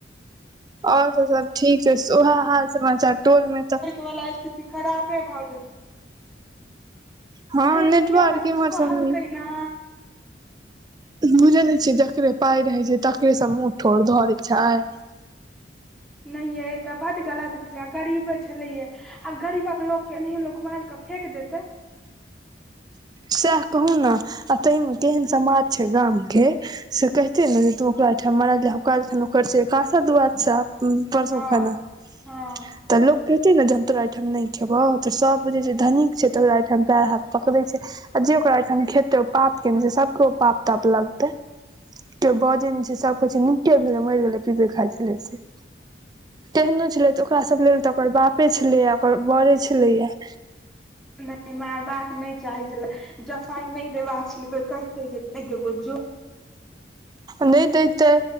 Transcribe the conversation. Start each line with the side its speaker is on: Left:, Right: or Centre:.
Right: आओर त सब ठीक ह उएह हाल समाचार टोल मे तऽ
Centre: वला स्थिति खरापे भऽ गेल
Right: हँ
Centre: यै
Right: नेटवर्क
Centre: तऽ केओ ओकरा किछु
Right: इम्हर
Centre: कहलकै
Right: सब
Centre: ने
Right: बुझै नहि छियै जकरे पााय रहैत छै तकरेसँ मुँह ठोर धरे छै
Centre: नहि यइ तऽ बड्ड गलत भेलै गरीबे छलैए आब गरीबक लोक के नहि लोक मार कऽ फेेक देते
Right: सएह कहू ने आ ताहि मे केहन समाज छै गाम के से कहिते ने जे तू ओकरा ठाम मारलकन ओकर आशा दुआ <unintelligible>
Centre: हँ हँ
Right: तऽ लोक कहतै ने जे हम तोरा एहिठाम नहि खेबौ तऽ सभ बुझै छै धनीक छै तऽरा एहिठाम पेड़ हाथ पकड़ै छै आ जे ओकरा ओइठाम खेते ओ पाप केन सबके ओ पाप ताप लगतै के बौजय छै सब कछ छै नीके भेले मरि गेलै पिबे खाइ छलै से केहनो छलै तऽ ओकरा सब लेल तऽ ओकर बापे छलैए ओकर बड़े छलैया
Centre: नहि मारबाक नहि चाहे छले जऽ पाई नहि देबाक छल त कते जे नहि देबो जो
Right: नहि देते